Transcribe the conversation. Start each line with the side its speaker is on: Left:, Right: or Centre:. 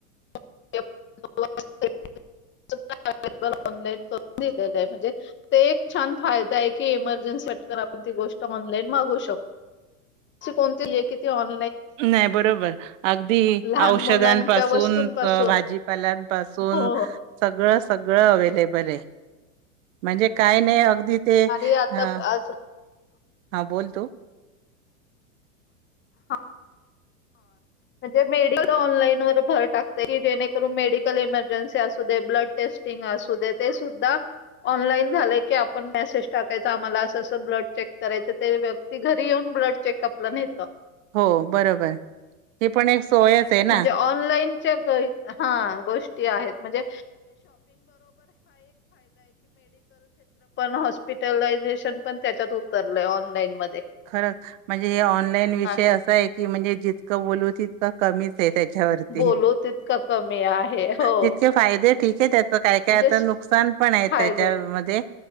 Left: <inaudible>
Right: <inaudible>
Left: अवेलेबल ऑनलाईन करून म्हणजे ते एक छान फायदा आहे की इमर्जन्सी वाट गोष्ट ऑनलाइन मागवू शकतो... अशी कोणती नाहीये की ती ऑनलाईन
Right: नाही बरोबर अगदी
Left: लहान
Right: औषधांपासून,
Left: मुलांच्या वस्तूंपासून
Right: भाजीपाल्यांपासून
Left: हो
Right: सगळं सगळं अवे्लेबल म्हणजे काही नाही अ ते
Left: आणि आता
Right: ह
Left: आज
Right: हा बोलतो
Left: हो म्हणजे मेड ऑनलाईन वर भर टाकते की जेणेकरून मेडिकल इमर्जन्सी असू दे ब्लड टेस्ट ऑलान झा आप म टाय आ् करायच ते व्यक्ती घरी येऊन ब्लड चेकअपला नेतं
Right: हो बरोबर ते पण एक सोयच आहे ना.
Left: म्हणजे ऑनलाईनच्या हा णा म क हॉपिटलाझेशन पण त्याच्यात उतरलंय ऑनलाईन म
Right: खरं म्हणजे हे ऑनलाईन विषय
Left: असं
Right: असा आहे की म्हणजे जितकं बोलू तितकं कमीच त्याच्यावरती
Left: बोलू तितकं कमी आहे हो
Right: जितके फायदे ठीक आहे त्याच काय
Left: म्हणजे
Right: काय आता
Left: स-
Right: न नुकसान पण आहे
Left: फायदे
Right: त्याच्यामध्ये